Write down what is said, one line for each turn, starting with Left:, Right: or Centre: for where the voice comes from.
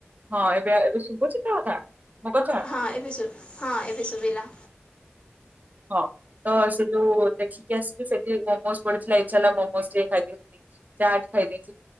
Right: ହଁ ଏବେ ଏବେ ଶୁଭଛି ତ କଥା ମୋ କଥା?
Left: ହଁ ଏବେ ସୁ ହଁ ଏବେ ଶୁଭିଲା।
Right: ହଁ ତ ସେ ଯୋଉ ଦେଖିକି ଆସିଲି ସେଠି ମୋମୋଜ ପଡିଥିଲା ଇଛା ହେଲା ମୋମୋଜ ଟିକେ ଖାଇଦିଅନ୍ତି। ଚାଟ ଖାଇଦେଇଥିଲି